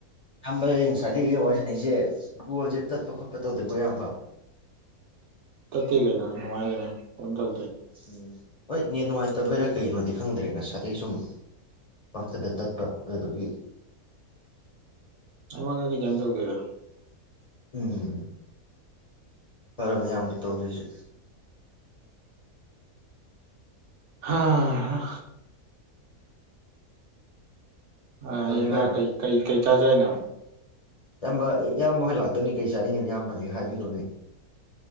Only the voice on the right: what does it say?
ꯇꯠꯇꯦ ꯀꯩꯅꯣ ꯅꯨꯡꯉꯥꯏ ꯀꯩꯅꯣ ꯀꯩꯝ ꯇꯧ
ꯑꯩꯉꯣꯟꯗꯗꯤ ꯀꯩꯝ ꯇꯧꯗꯦꯗ
ꯍꯥꯥ ꯑ
ꯌꯦ ꯉ ꯀꯩ ꯀꯩ ꯀꯩ ꯆꯥꯖꯤꯍꯥꯏꯅꯣ